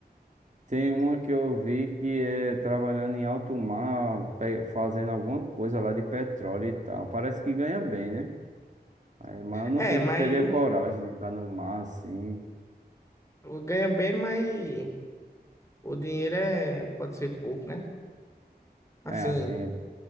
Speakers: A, on the right; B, on the left.
A: tem uma que eu vi que é trabalhando em alto mar, pe- fazendo alguma coisa lá de petróleo e tal. Parece que ganha bem, né? Aí, mas eu não
B: É,
A: sei se
B: mas
A: eu teria coragem de estar no mar assim.
B: ganha bem, mas o dinheiro é, pode ser pouco, né? Assim.
A: É, assim,